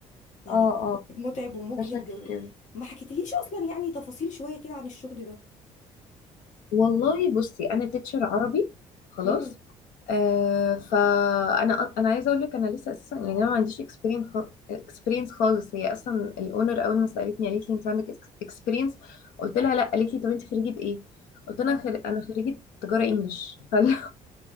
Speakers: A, on the left; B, on the left.
A: يعني
B: اه اه
A: متعب ومجهد
B: ده شكلي كده
A: ما حكيتليش اصلا يعني تفاصيل شويه كده عن الشغل ده
B: والله بصي انا تيتشر عربي خلاص
A: امم
B: آه فانا انا عايزه اقول لك انا لسه اساسا يعني انا ما عنديش اكسبيرينس اكسبيرينس خالص هي اصلا الاونر اول ما سالتني قالت لي انت عندك اكسبيرينس قلت لها لا قالت لي طب انت خريجه ايه قلت لها
A: اه
B: انا خر... انا خريجه تجاره انجلش فقالت